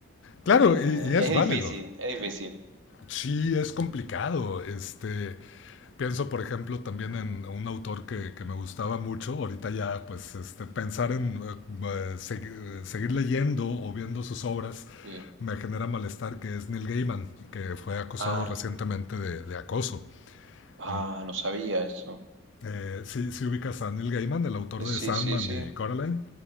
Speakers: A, on the left (about 60°); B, on the right (about 70°).
A: Claro,
B: Eh,
A: y, y
B: es
A: es válido.
B: difícil, es difícil,
A: Sí, es complicado. Este, pienso, por ejemplo, también en un autor que, que me gustaba mucho. Ahorita ya, pues, este, pensar en eh, eh, segui- seguir leyendo o viendo sus obras
B: sí.
A: me genera malestar, que es Neil Gaiman, que fue acusado
B: Ah,
A: recientemente de, de acoso.
B: ah,
A: En-
B: no sabía eso.
A: eh, sí, sí ubicas a Neil Gaiman, el autor de
B: Sí,
A: Sandman
B: sí, sí,
A: y Coraline.